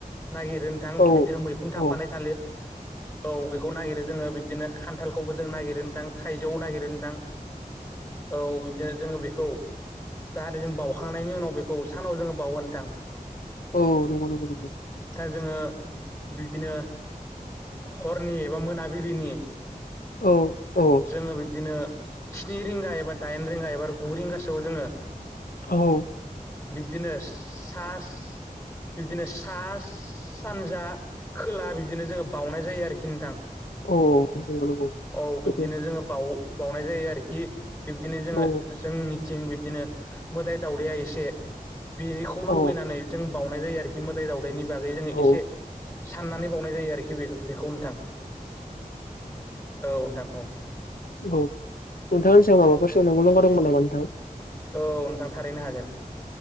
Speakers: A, on the left; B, on the left.
A: नागिरो नोंथां
B: औ
A: बिदिनो मैखुन थाफानाय
B: औ
A: थालिर औ बेखौ नागिरो जों ङो बिदिनो खान्थालखौबो जों नागिरनो नोंथां थाइजौ नागिरनो नोंथां । औ बिदिनो जोङो बेखौ जाहाथे जों बावखांनायनि उनाव बेखौ खौ सानाव जोङो बावो नोंथां ।
B: औ नंगौ नंगौ नंगौ ।
A: जोङो बिदिनो हरनि एबा मोनाबिलिनि
B: औ औ
A: जोङो बिब्दिनो स्नि रिंगा एबा दाइन रिंगा एबा गु रिंगासोआव जोङो
B: औ ।
A: बिब्दिनो सा बिब्दिनो सा सानजा खोला बिदिनो जोङो बावनाय जायो आरोखि नोंथां ।
B: औ नंगौ नंगौ
A: औ
B: सैथो
A: बिब्दिनो जोङो बाउ बावनाय जायो आरोखि बिब्दिनो जोङो
B: औ
A: जोंनि थिं बिदिनो मोदाइ दावदाया एसे बेनिखौ
B: औ
A: लुगैनानै जों बावउनाय जायो आरोखि मोदाय दावदायनि बागै जोङो
B: औ
A: एसे साननानै बावनाय जायो आरोखि बेखो बेखौ नोंथां औ नोंथां औ।
B: और नोंथाङा आंनि सायाव माबाफोर सोंनांगौ दं नामा नोंथां।
A: औ नोंथां थारैनो हागोन।